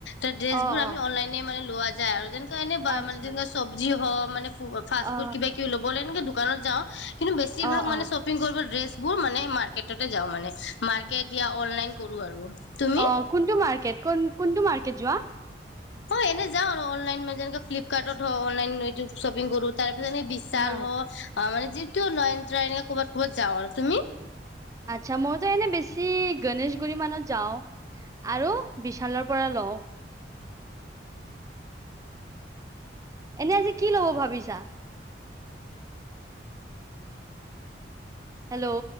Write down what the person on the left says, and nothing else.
এ ড্ৰেছবোৰ
আমি
অনলাইনে মানে লোৱা যায় আৰু যেন সে কাৰণে বা
মানে যেনেকুৱা চবজি হওক। মানে ফাষ্টফুড
কিবা কিবি ল'বলে দোকানত যাওঁ কিন্তু বেছিভাগ
মানে
শ্বপিং কৰিব ড্ৰেছ বোৰ মানে মাৰ্কেটতে যাও মানে মাৰ্কেট য়া অনলাইন কৰো আৰু। তুমি
মই এনে যাওঁ আৰু অনলাইন মান যেনেকে ফ্লিপকাৰ্টত হও অনলাইন শ্বপিং কৰো তাৰপত যেনে বিশাল
হওক মানে য ক মিন্ট্ৰা এনেকা ক'ৰবাত ক'ৰবাত যাওঁ আৰু তুমি?